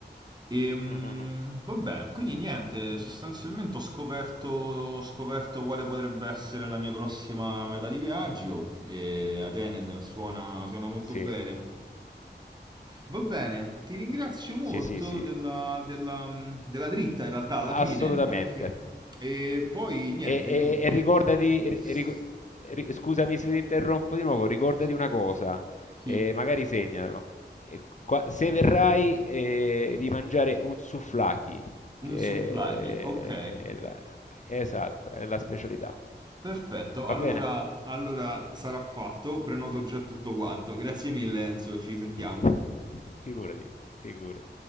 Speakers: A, on the right (about 25°); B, on the left (about 45°).
A: Ehm,
B: mhm, mhm.
A: va bene, quindi niente, sostanzialmente ho scoperto, ho scoperto quale potrebbe essere la mia prossima meta di viaggio e Atene se- suona, suona molto
B: Sì,
A: bene. Va bene, ti ringrazio molto
B: Sì, sì, sì.
A: della, della, mh, della dritta in realtà alla fine,
B: Assolutamente.
A: anche. E poi niente,
B: E, e-
A: quindi...
B: e ricordati, ri-
A: S-
B: ric- ri- scusami se ti interrompo di nuovo, ricordati
A: va-
B: una cosa,
A: Sì,
B: eh, magari segnalo. Eh, qua- se verrai, eh, di mangiare un souvlaki, che
A: un souvlaki, ok,
B: è la, esatto, è la specialità.
A: perfetto,
B: Va
A: allora,
B: bene?
A: allora sarà fatto, prenoto già tutto quanto. Grazie mille Enzo, ci sentiamo.
B: <laughs> Figurati, figurati.